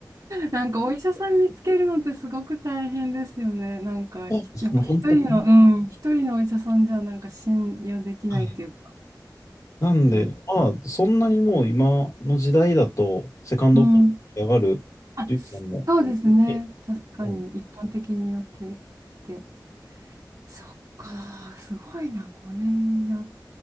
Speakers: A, on the right (about 55°); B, on the left (about 50°).
A: なんかお医者さん見つけるのってすごく大変ですよね。なんかひやっぱ一人の、
B: あその本当、は
A: うん、一人のお医者さんじゃなんか信用できないっていうか。
B: いなんで、
A: うん。
B: まあ、そんなにもう今の時代だと、セカンドポイントに上がるジュリさんも、
A: うんあ、そうですね。
B: え
A: 確かに一般的になってきて。
B: うん
A: そっか、すごいな、5年やっ